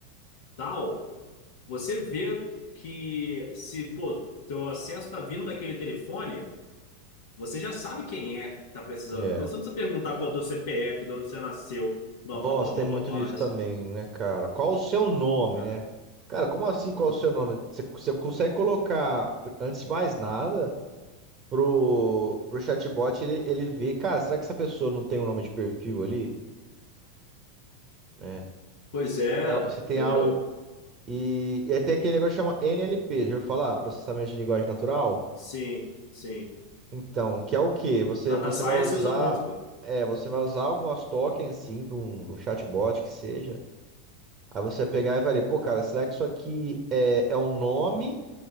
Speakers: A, on the left (about 65°); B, on the right (about 35°).
A: tal. Você vê que se, pô, teu acesso tá vindo daquele telefone, você já sabe quem é que tá precisando.
B: é,
A: Então você não precisa perguntar qual é o teu CPF, de onde você nasceu, blá,
B: Nossa,
A: blá, blá,
B: tem
A: blá,
B: muito
A: blá, blá.
B: disso
A: Essa-
B: também, né, cara? Qual o seu nome,
A: é.
B: né? Cara, como assim qual o seu nome? Você, você consegue colocar, antes de mais nada, pro, pro chatbot ele, ele ver, cara, será que essa pessoa não tem um nome de perfil ali, né?
A: Pois
B: Se,
A: é,
B: tem se tem
A: entendeu?
B: algo. E, e aí tem aquele negócio que chama NLP, já ouviu falar? Processamento de linguagem natural?
A: Sim, sim.
B: Então, que é o quê? Você,
A: Data
B: você
A: Science
B: vai usar.
A: usa muito, pô.
B: É, você vai usar algumas tokens, assim, de um, de um chatbot que seja. Aí você ia pegar e varia, pô, cara, será que isso aqui é, é um nome